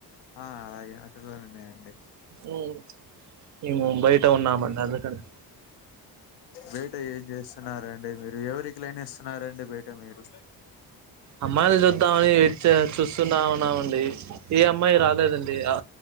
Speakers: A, on the left; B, on the right.
A: ఆ అలాగే అటులనే అండి
B: ఉమ్ మేము బయట ఉన్నామండి అందుకనె
A: బయట ఏం చేస్తున్నారండి మీరు ఎవరికి లైన్ ఏస్తున్నారండి బయట మీరు
B: అమ్మాయిలు చూద్దామని వెయిట్చె చూస్తున్నా ఉన్నామండి ఏ అమ్మాయి
A: వాళ్ళ
B: రాలేదండి ఆ